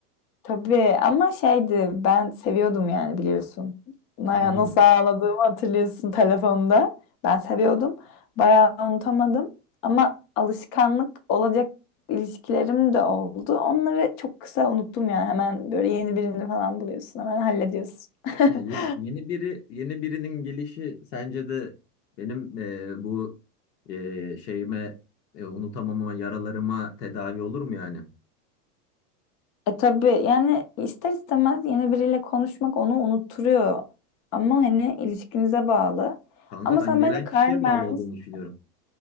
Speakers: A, on the left; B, on the left.
A: Tabii ama şeydi ben seviyordum yani biliyorsun. Naya
B: Hı.
A: nasıl ağladığımı hatırlıyorsun telefonda. Ben seviyordum. Bayağı unutamadım. Ama alışkanlık olacak ilişkilerim de oldu. Onları çok kısa unuttum yani. Hemen böyle yeni birini falan buluyorsun. Hemen hallediyorsun.
B: Ya yeni,
A: <laughs>
B: yeni biri yeni birinin gelişi sence de benim e, bu e, şeyime e, unutamamama yaralarıma tedavi olur mu yani?
A: E tabii yani ister istemez yeni biriyle konuşmak onu unutturuyor. Ama hani ilişkinize bağlı.
B: Kanka
A: Ama
B: ben
A: sen
B: gelen
A: bence karar
B: kişiye bağlı
A: vermişsin.
B: olduğunu düşünüyorum.